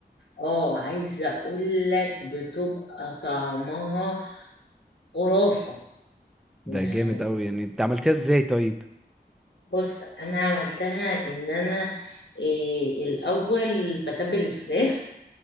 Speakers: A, on the left; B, in the centre.
A: اه عايزة اقول لك بتبقى طعمها خرافة يعني
B: ده جامد قوي يعني انت عملتيها ازاي طيب
A: بص انا عملتها ان انا إيه الاول بتبل الفراخ